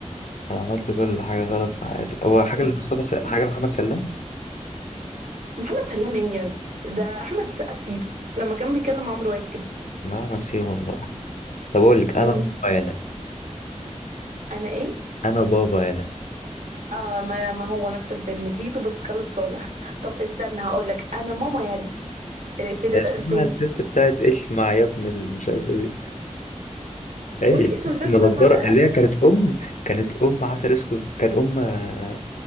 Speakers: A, on the left (about 80°); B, on the right (about 75°).
A: انا عملت كل حاجه غلط في حياتي هو حاجه
B: تيتو
A: لمصطفى س...
B: تيتو
A: حاجه لمحمد سلام
B: محمد سلام ايه يا ابني ده احمد السقا في تيتو لما كان بيكلم عمرو واكد
A: لا نسيه والله طب اقول لك
B: أمم،
A: انا بابا يالا
B: انا ايه
A: انا بابا يالا
B: اه ما, ما هو نفس الفيلم تيتو بس خالد صالح طب استنى هقول لك انا ماما يالا الإفيه ده
A: اسمها
B: اتقال فين
A: الست بتاعت ايش مع يا ابن ال- مش عارف ايه دي. هي
B: قول
A: الست
B: لي اسم الفيلم
A: المنضرة
B: طبعا على الاقل
A: اللي هي كانت ام كانت ام عسل اسود كانت ام آه،